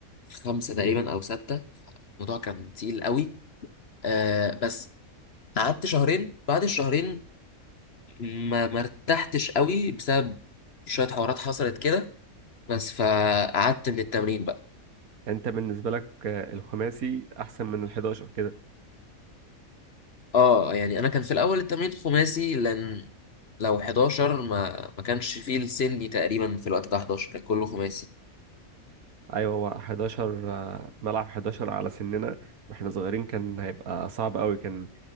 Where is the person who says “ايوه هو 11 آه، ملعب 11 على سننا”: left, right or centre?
Right